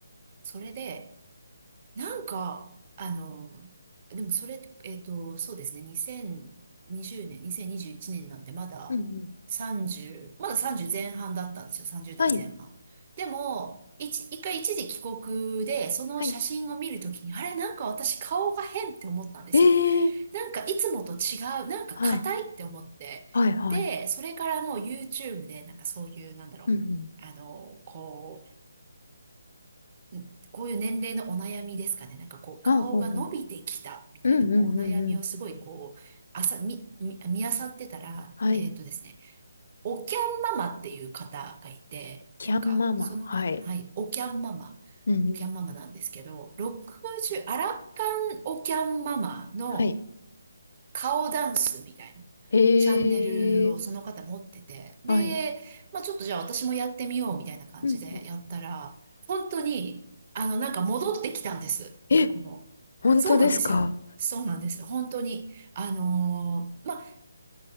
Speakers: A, on the right; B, on the left.
A: それで、なんか、あの、でもそれ、えっと、そうですね、2020年、2021年なんてまだ30、
B: うん、うん。
A: まだ30前半だったんですよ、30代前半。
B: はい。
A: でも、一、一回一時帰国で、その写真を見るときに、
B: はい。
A: あれ、なんか私顔が変って思ったんですよ。
B: ええ
A: なんかいつもと違う、なんか硬いって思って。
B: はい。はい、はい。
A: で、それからもう YouTube でなんかそういう、なんだろう、
B: うん、うん。
A: あの、こう、んこういう年齢のお悩みですかね。なんかこう顔が伸びてきたみたいなこうお悩みをすごいこう、
B: あ、ほうほう。うん、うん、うん、うん。
A: あさ、み、み、見漁ってたら、
B: はい。
A: えっとですね、おきゃんママっていう方がいて、
B: キャンママ。
A: なんかその方、
B: はい。
A: はい、おきゃんママ、
B: うん、うん。
A: おきゃんママなんですけど、60、アラ還おきゃんママの
B: はい。
A: 顔ダンスみたいな
B: ええ
A: チャンネルをその方持ってて、で、
B: はい。
A: まあちょっとじゃあ私もやってみようみたいな感じでやったら、
B: うん、うん。
A: 本当に、あの、なんか戻ってきたんです。
B: え、
A: なんかこの、
B: 本当ですか
A: そうなんですよ。そうなんです。本当に。あのーまあ